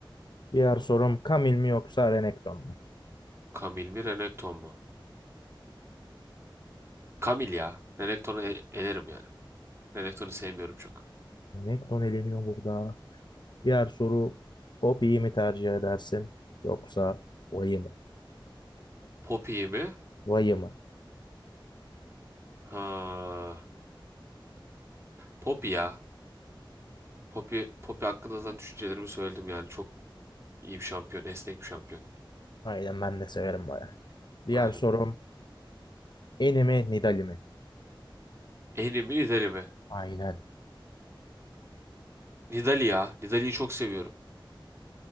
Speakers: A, on the left; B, on the right.
A: Diğer sorum kamil mi yoksa Renekton mu?
B: Kamil mi Renekton mu? Kamil ya. Renekton'u e- elerim yani. Renekton'u sevmiyorum çok.
A: Renekton eleniyor burada. Diğer soru Poppy'yi mi tercih edersin yoksa Vay'ı mı?
B: Poppy mi?
A: Vay'ı mı?
B: Ha, Poppy ya. Poppy, Poppy hakkında zaten düşüncelerimi söyledim yani. Çok iyi bir şampiyon. Esnek bir şampiyon.
A: Aynen ben de severim Vay'ı. Diğer
B: Aynen.
A: sorum Eni mi Nidalee mi?
B: En mi Nidali mi?
A: Aynen.
B: Nidali ya. Nidali'yi çok seviyorum.